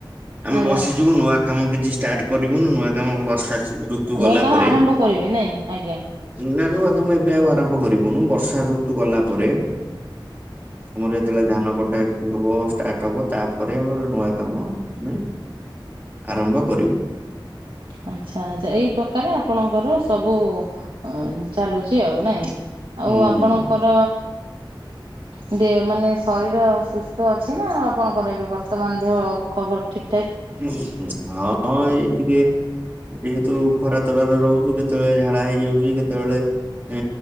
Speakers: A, on the right; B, on the right.
A: ଆମେ
B: ଆଜ୍ଞା
A: ବସିଯିବୁ ନୂଆ କାମ କିଛି ଷ୍ଟାର୍ଟ କରିବୁନୁ। ନୂଆ କାମ ବର୍ଷା ଋତୁ ଗଲା
B: ନୂଆ କାମ
A: ପରେ
B: ଆରମ୍ଭ କରିବେ ନାଇଁ, ଆଜ୍ଞା।
A: ନା ନୂଆ କାମ ଏବେ ଆଉ ଆରମ୍ଭ କରିବୁନୁ। ବର୍ଷା ଋତୁ ଗଲା ପରେ। ଆମର ଯେତେବେଳେ ଧାନ କଟାକଟି ହବ। ଷ୍ଟାର୍ଟ ହବ ତା ପରେ ମୋର ନୂଆ କାମ। ଆମେ। ଆରମ୍ଭ କରିବୁ।
B: ଆଚ୍ଛା ଆଚ୍ଛା ଏଇ ପକାରେ ଆପଣଙ୍କର ସବୁ ଅ ଚାଲୁଛି ଆଉ ନାଇଁ। ଆଉ
A: ହୁଁ
B: ଆପଣଙ୍କର ଉ ଦେ ମାନେ ଶରୀର ସୁସ୍ଥ ଅଛି ନା ଆପଣଙ୍କର ଏବେ ବର୍ତ୍ତମାନ ଦେହ ଖବର ଠିକି।
A: ଉହୁଁ ହଁ ଏଇ ଟିକେ ଯେହେତୁ ଖରା ତରାରେ ରହୁଛୁ କେତେବେଳେ ଝାଡା ହେଇଯାଉଛି। କେତେବେଳେ ଏ